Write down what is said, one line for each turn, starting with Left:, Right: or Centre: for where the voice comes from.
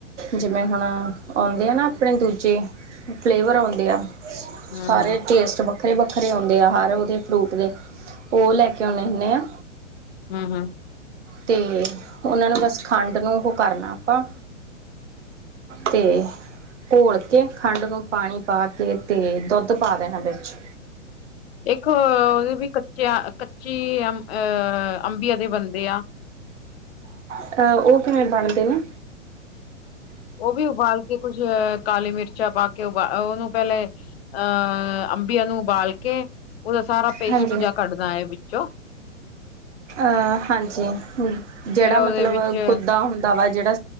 Right: ਜਿਵੇਂ ਹੁਣ ਆਉਂਦੇ ਆ ਨਾ ਆਪਣੇ ਦੂਜੇ ਫਲੇਵਰ ਓਂਦੇ ਆ।
Left: ਹੂੰ
Right: ਸਾਰੇ
Left: ਹੂੰ
Right: ਟੇਸਟ ਵ ਵੱਖਰੇ-ਵੱਖਰੇ ਔਂਦੇ ਆ ਹਰ ਓਦੇ ਫਰੂਟ ਦੇ ਓ ਲੈ ਕੇ ਓਨੇ ਹੁੰਨੇ ਆ।
Left: ਹੂੰ-ਹੂੰ
Right: ਤੇ ਓਨਾਂ ਨੂੰ ਬਸ ਖੰਡ ਨੂੰ ਓਹ ਕਰਨਾ ਆਪਾਂ ਤੇ ਘੋਲ ਕੇ ਖੰਡ ਨੂੰ ਪਾਣੀ ਪਾ ਕੇ ਤੇ ਦੁੱਧ ਪਾ ਦੇਣਾ ਵਿੱਚ
Left: ਇੱਕ ਓਦੇ ਵੀ ਕ ਚਿਆਂ ਕੱਚੀ ਅਮ ਅਹ ਅੰਬੀਆਂ ਦੇ ਬਣਦੇ ਆ।
Right: ਅ ਓ ਕਿਵੇਂ ਬਣਦੇ ਨੇ
Left: ਓ ਵੀ ਉਬਾਲ ਕੇ ਕੁੱਛ ਅ ਕਾਲੀ ਮਿਰਚਾਂ ਪਾ ਕੇ ਉਬਾਲ ਉਹਨੂੰ ਪਹਿਲੇ ਅਹ ਅੰਬੀਆਂ ਨੂੰ ਉਬਾਲ ਕੇ ਉਦਾ ਸਾਰਾ ਪੇਸਟ
Right: ਹਾਂਜੀ
Left: ਜਾ ਕੱਢਦਾ ਐ ਵਿੱਚੋਂ
Right: ਅਹ ਹਾਂਜੀ ਹੂੰ ਜੇੜਾ
Left: ਫੇਰ ਉਹਦੇ
Right: ਮਤਲਬ
Left: ਵਿੱਚ
Right: ਗੁੱਦਾ ਹੁੰਦਾ ਵਾ ਜੇੜਾ